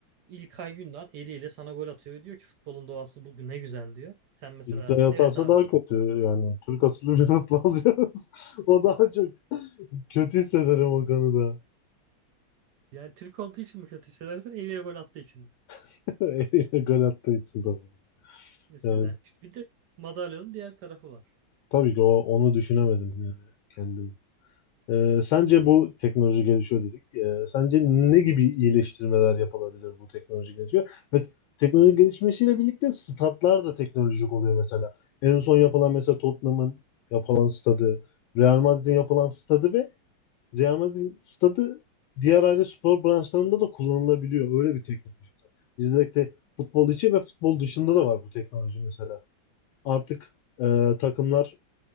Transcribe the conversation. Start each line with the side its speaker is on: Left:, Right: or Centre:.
Right: İlkay Gündoğan eliyle sana gol atıyor. ve Diyor ki futbolun doğası bugün ne güzel diyor. Sen mesela
Left: İlkay atarsa
Right: evet abi
Left: daha
Right: futbol
Left: kötü yani. Türk asıllı bir atla alacağız. <laughs> O daha çok kötü hissederim o konuda.
Right: yani Türk olduğu için mi kötü hissedersin? Eliyle gol attığı için.
Left: <laughs> Eliyle gol attığı için tabii.
Right: Mesela
Left: Yani
Right: işte bir de madalyonun diğer tarafı var.
Left: tabii ki o, onu düşünemedim yani kendim. Ee, sence bu teknoloji gelişiyor dedik. Ee, sence ne gibi iyileştirmeler yapılabilir bu teknoloji gelişiyor? Ve teknoloji gelişmesiyle birlikte statlar da teknolojik oluyor mesela. En son yapılan mesela Tottenham'ın yapılan stadı, Real Madrid'in yapılan stadı ve Real Madrid'in stadı diğer aile spor branşlarında da kullanılabiliyor. Öyle bir teknoloji. Bizde de futbol içi ve futbol dışında da var bu teknoloji mesela. Artık e, takımlar